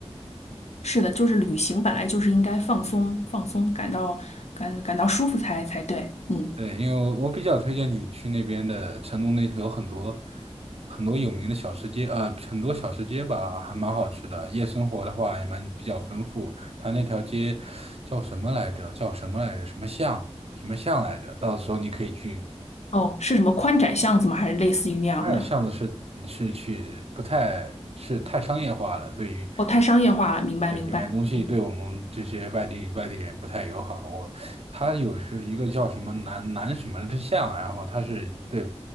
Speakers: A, on the left; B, on the right.
A: 是的，就是旅行本来就是应该放松放松，感到感感到舒服才才对。嗯，
B: 对，因为我我比较推荐你去那边的成都，那头有很多很多有名的小吃街，呃，很多小吃街吧，还蛮好吃的。夜生活的话也蛮比较丰富，它那条街叫什么来着？叫什么来着？什么巷？什么巷来着？到时候你可以去
A: 哦，是什么宽窄巷子吗？还是类似于那样的？
B: 发巷子是是去不太是太商业化了，对于
A: 哦，太商业化了，明白明白。
B: 对里面东西对我们这些外地外地人不太友好。
A: 嗯，
B: 我它有是一个叫什么南南什么之巷，然后他是对